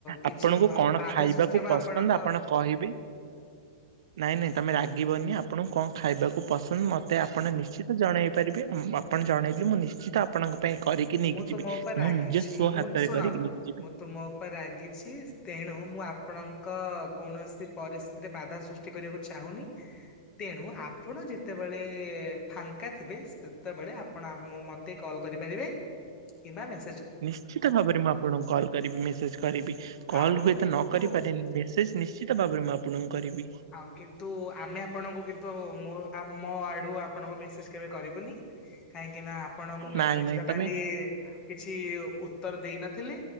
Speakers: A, on the left (about 30°); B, on the right (about 65°).
A: କିଛି
B: ଆପଣଙ୍କୁ କଣ
A: ବାଧା
B: ଖାଇବାକୁ
A: ସୃଷ୍ଟି ହେବ
B: ପସନ୍ଦ
A: ଆପଣଙ୍କ
B: ଆପଣ କହିବେ ନାଇଁ ନାଇଁ ତମେ ରାଗ ଗିବନି ଆପଣଙ୍କୁ କଣ? ଖାଇବାକୁ ପସନ୍ଦ ମୋତେ ଆପ ଆପଣ ନିଶ୍ଚିତ ଜଣାଇ ପାରିବେ ଆପଣ ଜଣେଇଲେ ମୁଁ ନିଶ୍ଚିତ ଆପଣଙ୍କ ପାଇଁ କରିକି ନେଇକି
A: ମୁଁ
B: ଯିବି।
A: ତୁମ ଉପରେ ରାଗିଛି
B: ମୁଁ ନିଜ ସ୍ଵ
A: ମୁଁ
B: ହାତରେ
A: ଶୁଣ
B: କରିକି ନେଇକି ଯିବି
A: ମୁଁ ତୁମ ଉପରେ ରାଗି- ରାଗିଛି ତେଣୁ ମୁଁ ଆପଣଙ୍କ କୌଣସି ପରିସ୍ଥିତିରେ ବାଧା ସୃଷ୍ଟି କରିବାକୁ ଚାହୁଁନି ତେଣୁ, ଆପଣ ଯେତେବେଳେ ଫାଙ୍କା ଥିବେ ସେତେବେଳେ ଆପଣ ମୋତେ କଲ୍ କରିପାରିବେ। କି ମ୍ବବା।
B: ନିଶ୍ଚିତ ଭାବରେ ମୁଁ ଆପଣଙ୍କୁ କଲ୍ କରିବି ମେସେଜ କରିବି କଲ୍
A: ଆଉ
B: ହୁଏତ,
A: କିନ୍ତୁ
B: ନ କରିପାରନି ମେସେଜ- ନିଶ୍ଚିତ ଭାବରେ ମୁଁ ଆପଣଙ୍କୁ- କରିବି
A: ଆଉ କିନ୍ତୁ, ଆମେ ଆପଣଙ୍କୁ ତ ମୁଁ ମୋ ଆଡ଼ୁ ଆପଣଙ୍କୁ ମେସେଜ କେବେ କରିବୁନି। କାହିଁକି ନା ଆପଣ ମୋ ମେସେଜ
B: ନାଇଁ ନାଇଁ
A: ର
B: ତମେ
A: କାଲି କିଛି ଉତ୍ତର ଦେଇନଥିଲେ।